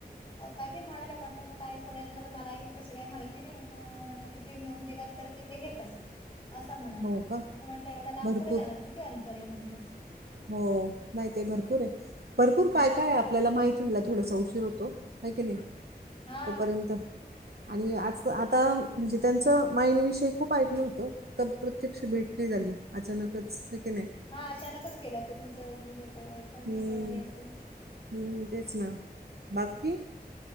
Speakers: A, on the left; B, on the right.
A: काही तरी म्हणाले. म्हटलं मग काय पुण्यातलं त मलाये तशी काही माहिती नाही म म्हणत ते नेऊन दिलात तर तिथे घेतात. असा म्हणाले.
B: हो का?
A: म्हटलं एवढा लांब
B: भरपूर.
A: कुठे जाणार किती अंतर आहे म्हटलं.
B: हो नाही ते भरपूर आहे. भरपूर काय
A: हा
B: काय
A: ना
B: आपल्याला माहिती व्हायला थोडासा उशीर होतो. हाय की नाही
A: हा
B: तोपर्यत आणि आज आता म्हणजे त्यांचं माईन विषय खूप ऐकलं होतं. त प्रत्यक्ष भेट नाही झाली. अचानकच हे की नाही
A: हा अचानकच गेल्या होत्या. त्यांच म्हणजे आता वय पण
B: हम्म
A: तसं हे होतं
B: हम्म, तेच ना बाकी?